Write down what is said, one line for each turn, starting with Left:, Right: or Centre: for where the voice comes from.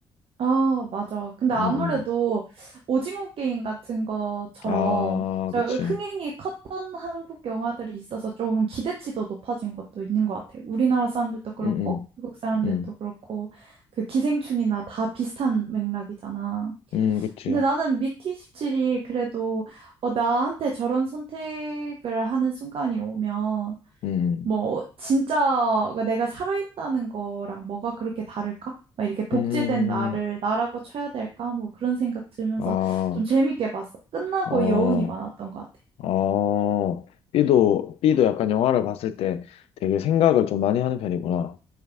Right: 아, 맞아. 근데 아무래도
Left: 음, 음.
Right: 오징어 게임 같은 것처럼
Left: 아,
Right: 저
Left: 그치.
Right: 흥행이 컸던 한국 영화들이 있어서 좀 기대치도 높아진 것도 있는 것 같아요. 우리나라 사람들도 그렇고,
Left: 음, 음,
Right: 외국 사람들도
Left: 음,
Right: 그렇고, 그 기생충이나 다 비슷한 맥락이잖아.
Left: 음, 그치.
Right: 근데 나는 미키 17이 그래도 어, 나한테 저런 선택을 하는 순간이 오면
Left: 음,
Right: 뭐 진짜 내가 살아있다는 거랑 뭐가 그렇게 다를까? 막 이렇게 복제된
Left: 음, 음.
Right: 나를
Left: 음.
Right: 나라고 쳐야 될까? 뭐 그런 생각 들면서
Left: 아,
Right: 좀 재밌게 봤어. 끝나고
Left: 어,
Right: 여운이 많았던 것 같아.
Left: 어. B도, B도 약간 영화를 봤을 때 되게 생각을 좀 많이 하는 편이구나.